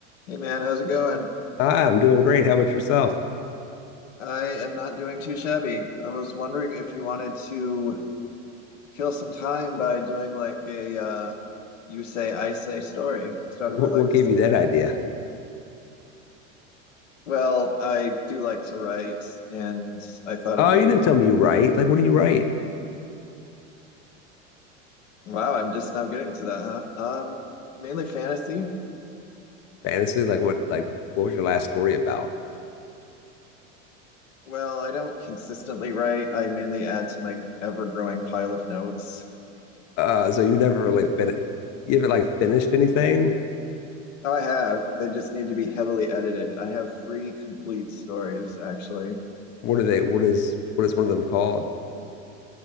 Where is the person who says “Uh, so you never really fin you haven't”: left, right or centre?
Left